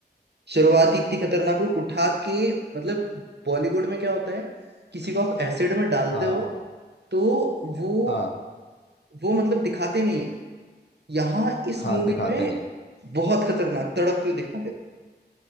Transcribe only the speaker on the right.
शुरुआत ही इतनी खतरनाक हुई, उठा के मतलब बॉलीवुड में क्या होता है किसी को आप एसिड में डालते
हो तो वो
वो मतलब दिखाते नहीं है यहाँ इस
मूवी
में
बहुत खतरनाक तड़पते हुए दिखा रहे